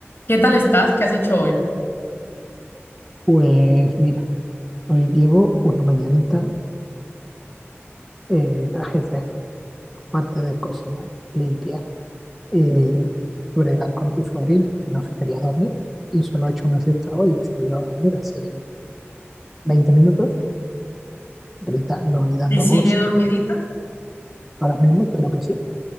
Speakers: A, on the left (about 50°); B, in the centre.
A: ¿Qué tal estás? ¿Qué has hecho hoy?
B: Pues mira, hoy llevo una mañanita eh, ajedrez, aparte de cocinar, limpiar, eh, bregar con tu sobrina, que no se quería dormir, y solo ha hecho una siesta hoy y se ha ido a dormir hace 20 minutos, gritando y dando
A: ¿Y sigue
B: voz.
A: dormidita?
B: Ahora mismo espero que sí,